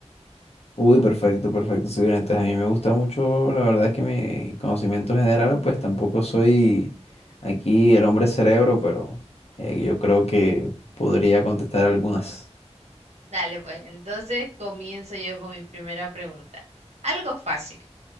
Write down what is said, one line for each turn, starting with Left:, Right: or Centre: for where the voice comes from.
Left: Uy, perfecto, perfecto, sí, bien, Entonces a mí me gusta mucho, la verdad es que mi conocimiento general, pues tampoco soy aquí el hombre cerebro, pero eh, yo creo que podría contestar algunas.
Right: Dale, pues entonces comienzo yo con mi primera pregunta. Algo fácil.